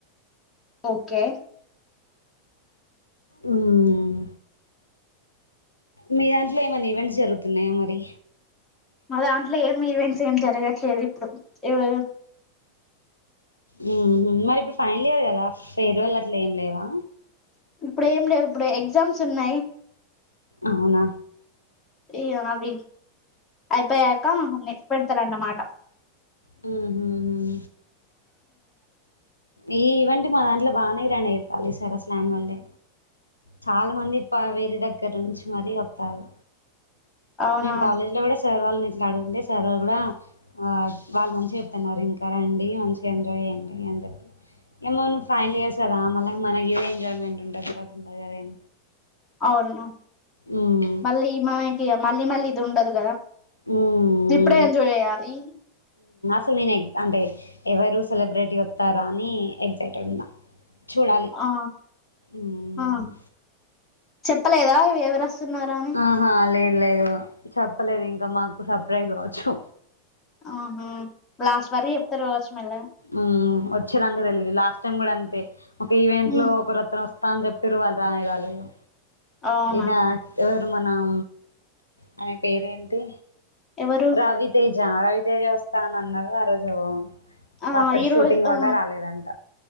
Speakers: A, on the left; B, on the left.
A: ఓకే
B: ఉమ్ మీ దాంట్లో ఏమనా ఈవెంట్స్ జరుగుతున్నాయా మరి
A: మా దాంట్లో ఏం ఈవెంట్స్ ఏం జరగట్లేదు ఇప్పుడు ఎవరు
B: మ్మ్ హు మరి ఇప్పుడు ఫైనల్ ఇయర్ గదా ఫేర్వాల్ అట్లేం లేవా
A: ఇప్పుడు ఏం లేవు ఇప్పుడు ఎగ్జామ్స్ ఉన్నయి
B: అవునా
A: ఇగ అవి అయిపోయాక నెక్స్ట్ పెడతారనమాట
B: హ్మ్ హు హ్ ఈ ఈవెంట్ మా దాంట్ల బానే గ్రాండ్ చెత్తళ్ళు ఈ సారి అసల్ అనివాల్డే చాలా మంది ప వేరే దగ్గర నుంచి మరీ వత్తరు
A: అవునా
B: మేము కాలేజ్ లో గుడా సార్ వాళ్ళ ఇట్లా అడుంటే సార్ వాళ్ళు గుడా అ వాళ్ళు మంచిగా చెప్తున్నారు ఇంకా రండి మంచిగా ఎంజాయ్ చేయ్యండి అని చెప్పి ఏమె నువ్ ఫైనల్ ఇయర్స్ కదా మళ్ళ మనకి ఎడా ఎంజాయ్మెంట్ ఉంటది తర్వా ఉంటది కదా ఏం
A: అవును
B: ఉమ్,
A: మళ్ళీ మనకి మళ్ళీ మళ్ళీ ఇది ఉండదు కదా
B: ఉమ్,
A: ఇప్పుడే ఎంజాయ్ చేయ్యాలి
B: సో నేన్ అంటే ఎవరు సెలబ్రిటీ వత్తరా అని ఎక్సైటెడ్ ఉన్నా చూడాలి
A: ఆ
B: మ్మ్
A: ఆ చెప్పలేదా ఇవి ఎవరు వస్తున్నారా అని
B: ఆహా లేద్ లేదు చెప్పలేదు ఇంకా మాకు సర్ప్రైజ్ కావచ్చు.
A: అవునా లాస్ట్ వరకు చెప్తరు కావచ్చు మెల్లగా
B: మ్మ్ వచ్చేదాంక తెలిదు లాస్ట్ టైం గుడా అంతే ఒక ఈవెంట్
A: ఉమ్
B: లో ఒకరు వత్తరు వత్త అని చెప్పిర్రు వాళ్ళు రానే రాలేదు.
A: అవునా
B: ఈయన ఎవరు మనం ఆయన పేరేంటి
A: ఎవరు
B: రవితేజా రవితేజ వస్తా అని అన్నరు
A: ఆ
B: బర్త్డే
A: ఈరోజు
B: షూటింగ్ వల్ల
A: ఆ
B: రాలేదంట